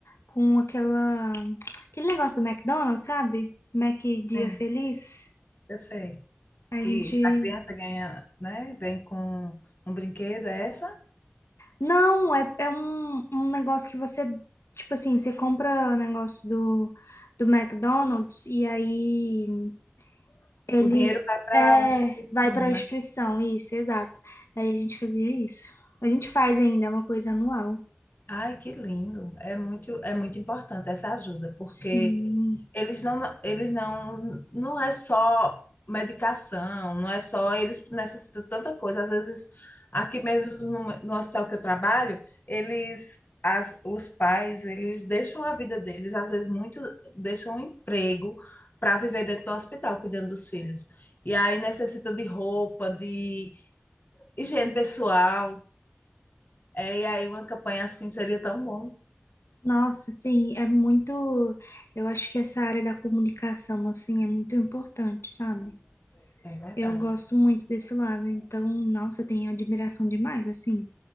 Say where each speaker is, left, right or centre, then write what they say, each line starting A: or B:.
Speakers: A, on the left; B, on the left.
A: com aquela aquele negócio do McDonald's, sabe? Mac Dia
B: assim,
A: Feliz.
B: eu sei
A: A
B: que
A: gente
B: a criança ganha, né, vem com um brinquedo, é essa?
A: não, é, é um, um negócio que você, tipo assim, você compra o negócio do do McDonald's e aí Eles
B: O dinheiro vai para
A: é,
B: uma instituição,
A: vai para a
B: né?
A: instituição, isso, exato. Aí a gente fazia isso. A gente faz ainda, é uma coisa anual.
B: Ai, que lindo. É muito, é muito importante essa ajuda, porque
A: Sim.
B: eles não, eles não, não é só medicação, não é só, eles necessitam de tanta coisa. Às vezes, aqui mesmo no, no hospital que eu trabalho, eles, as, os pais, eles deixam a vida deles, às vezes muito, deixam um emprego para viver dentro do hospital, cuidando dos filhos. E aí necessitam de roupa, de higiene pessoal. É, e aí uma campanha assim seria tão bom.
A: Nossa, sim, é muito. Eu acho que essa área da comunicação, assim, é muito importante, sabe?
B: É verdade,
A: Eu gosto muito desse lado, então, nossa, eu tenho admiração demais, assim.